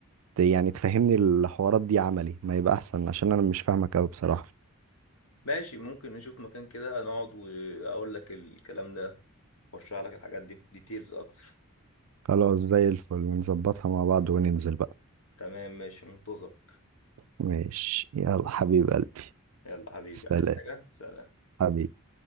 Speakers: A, on the right; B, on the left.
A: ت- يعني تفهمني الحوارات دي عملي ما يبقى احسن عشان انا مش فاهمك قوي بصراحة
B: ماشي ممكن نشوف مكان كده نقعد وأقول لك الكلام ده ورشح لك الحاجات دي ديتيلز اكتر
A: خلاص زي الفل نظبطها مع بعض وننزل بقى
B: تمام ماشي منتظرك
A: ماشي يلا حبيب قلبي
B: يلا حبيبي
A: سلام
B: عايز حاجة سلام
A: حبيبي